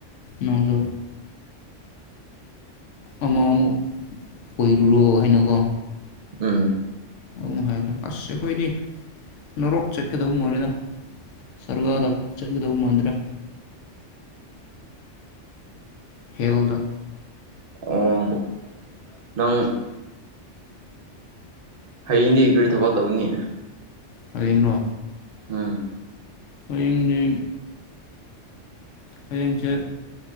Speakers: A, on the left; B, on the right.
A: ꯅꯁꯨ ꯑꯃ ꯑꯃꯨꯛ ꯑꯣꯏꯔꯨꯔꯣ ꯍꯥꯏꯅꯀꯣ
B: ꯎꯝ
A: ꯑꯗꯨꯝ ꯍꯥꯏꯈ꯭ꯔꯦ ꯑꯁ ꯑꯩꯈꯣꯏꯗꯤ ꯅꯣꯔꯣꯛꯞ ꯆꯠꯀꯗꯕ ꯃꯣꯜꯂꯤꯦꯗꯣ ꯁꯔꯒꯥꯗ ꯆꯠꯒꯗꯧꯕ ꯃꯥꯟꯗ꯭ꯔꯦ ꯈꯦꯜꯗ
B: ꯑꯣ ꯅꯪ ꯍꯌꯦꯡꯗꯤ ꯒꯥꯔꯤ ꯊꯕꯛ ꯇꯧꯅꯤ
A: ꯍꯌꯦꯡꯅꯣ
B: ꯎꯝ
A: ꯍꯌꯦꯡꯗꯤ ꯍꯌꯦꯡꯁꯦ